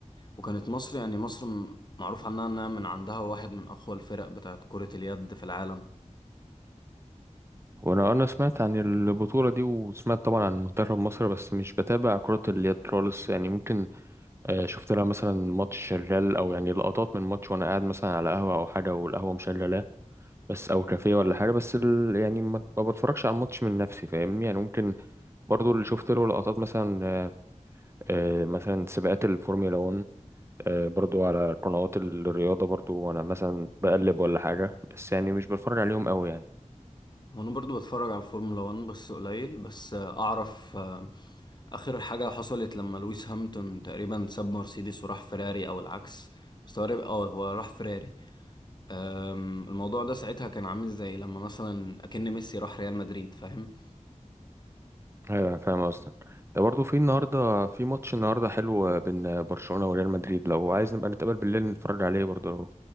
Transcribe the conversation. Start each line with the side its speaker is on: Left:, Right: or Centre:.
Left: وكانت مصر يعني مصر م- معروف عنها إنها من عندها واحد من أقوى الفرق بتاعت كرة اليد في العالم
Right: وأنا أنا سمعت عن البطولة دي وسمعت طبعا عن منتخب مصر بس مش بتابع كرة اليد خالص يعني ممكن آه، شفت لها مثلا ماتش شغال أو يعني لقطات من ماتش وأنا قاعد مثلا على قهوة أو حاجة والقهوة مشغلاه بس أو كافيه ولا حاجة بس ال... يعني ما ما بتفرجش على الماتش من نفسي فاهمني يعني ممكن برضو اللي شفت له لقطات مثلا آه، آه، مثلا سباقات الفورمولا 1 آه، برضو على قنوات الرياضة برضو وأنا مثلا بقلب ولا حاجة بس يعني مش بتفرج عليهم قوي يعني
Left: وأنا برضو بتفرج على الفورمولا 1 بس قليل بس آه، أعرف آه، آخر حاجة حصلت لما لويس هامilton تقريبا ساب مرسيدس وراح فيراري أو العكس بس هو اه هو راح فيراري أم، الموضوع ده ساعتها كان عامل زي لما مثلا أكن ميسي راح ريال مدريد فاهم
Right: أيوة أنا فاهم قصدك ده برضو في النهاردة في ماتش النهاردة حلو بين برشلونة وريال مدريد لو عايز نبقى نتقابل بالليل نتفرج عليه برضو لو